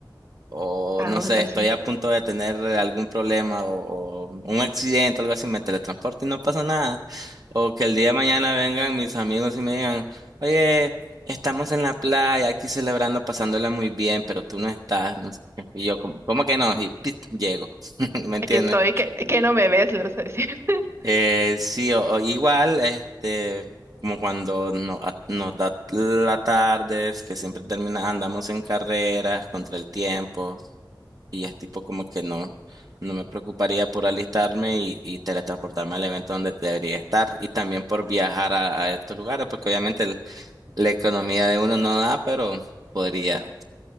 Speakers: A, on the right; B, on the right.
A: O
B: Ah,
A: no sé,
B: bueno,
A: estoy
B: sí.
A: a punto de tener algún problema o, o un accidente, algo así, me teletransporto y no pasa nada. O que el día de mañana vengan mis amigos y me digan, oye, estamos en la playa aquí celebrando, pasándola muy bien, pero tú no estás. ¿no? Y yo, como, ¿cómo que no? Y pit, llego. <laughs> ¿Me entiendes?
B: Aquí estoy, que, que no me ves, le vas a decir. <laughs>
A: Eh, sí, o, o igual, este, como cuando no, a- nos da la tarde, es que siempre termina, andamos en carreras contra el tiempo, y es tipo como que no, no me preocuparía por alistarme y, y teletransportarme al evento donde debería estar, y también por viajar a, a estos lugares, porque obviamente el- la economía de uno no da, pero podría.